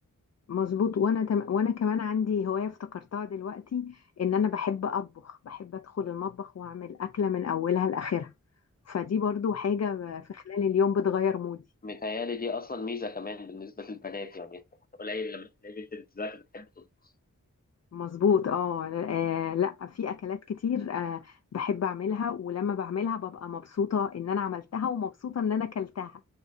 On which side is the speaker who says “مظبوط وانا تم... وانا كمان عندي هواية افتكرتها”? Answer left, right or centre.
Left